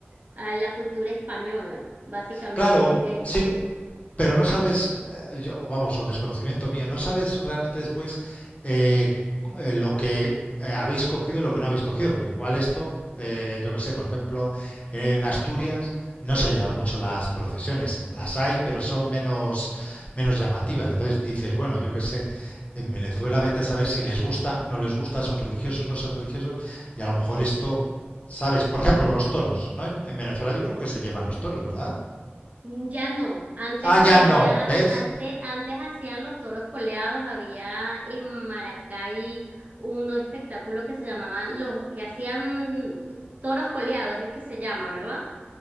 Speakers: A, on the right; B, on the left.
A: a la cultura española, básicamente.
B: claro,
A: Este,
B: sí, Pero no sabes, eh, yo, vamos, o desconocimiento mío, no sabes realmente después eh, eh, lo que eh, habéis cogido y lo que no habéis cogido, porque igual esto, eh, yo que sé, por ejemplo, en Asturias no se llevan mucho las procesiones, las hay, pero son menos, menos llamativas. Entonces dices, bueno, yo que sé, en Venezuela vete a saber si les gusta, no les gusta, son religiosos, no son religiosos, y a lo mejor
A: sí.
B: esto, ¿sabes? Por ejemplo, los toros, ¿no? En, en Venezuela yo creo que se llevan los toros, ¿verdad?
A: Mm, Ya no, antes
B: Ah,
A: había,
B: ya no, ¿ves?
A: antes, antes hacían los toros coleados, había en Maracay un espectáculo que se llamaba los, que hacían toros coleados, es que se llama, ¿verdad?